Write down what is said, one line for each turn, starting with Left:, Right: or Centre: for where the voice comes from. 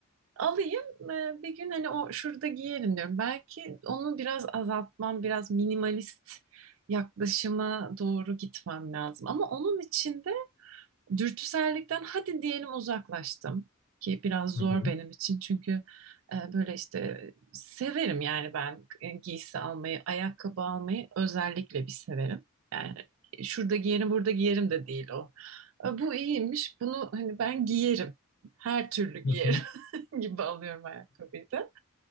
Right: Alayım e, bir gün hani o şurada giyerim diyorum. Belki onu biraz azaltmam, biraz minimalist yaklaşıma doğru gitmem lazım. Ama onun için de dürtüsellikten hadi diyelim uzaklaştım ki biraz
Left: Hı
Right: zor
Left: hı.
Right: benim için çünkü e, böyle işte severim yani ben e, giysi almayı, ayakkabı almayı özellikle bir severim. Yani şurada giyerim, burada giyerim de değil o. E, Bu iyiymiş. Bunu hani ben giyerim. Her türlü giyerim.
Left: Hı hı.
Right: <laughs> gibi alıyorum ayakkabıyı da.